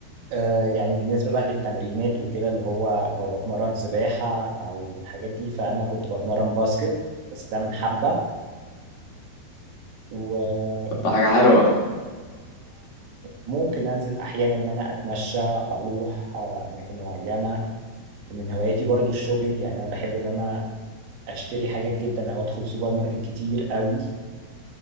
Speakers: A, on the right; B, on the left.
A: آه يعني بالنسبه بقى للتمرينات وكده اللي هو لو بتمرن سباحه او الحاجات دي فانا كنت بتمرن باسكت بس ده من حبه ويعني
B: طب ده حاجة حلوة
A: ممكن انزل احيانا ان انا اتمشى اروح آه اماكن معينه ومن هواياتي برضو الشوبينج يعني انا بحب ان انا اشتري حاجات جدا او ادخل سوبر ماركت كتير قوي